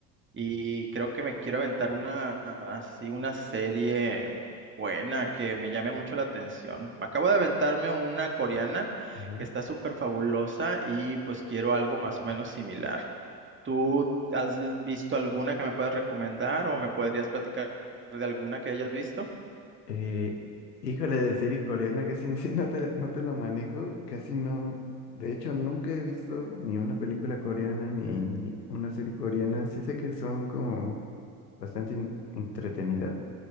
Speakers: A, on the right; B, on the left.
A: y creo que me quiero aventar una así una serie buena que me llame mucho la atención. Acabo de aventarme una coreana
B: Ajá.
A: que está súper fabulosa y pues quiero algo más o menos similar. ¿Tú has l- visto alguna que me puedas recomendar o me podrías platicar de alguna que hayas visto?
B: Eh, híjole, de serie coreana casi <laughs> sí, no te, no te lo manejo, casi no. De hecho, nunca he visto ni una película coreana ni, ni una serie coreana. Sí sé que son como bastante in- entretenidas,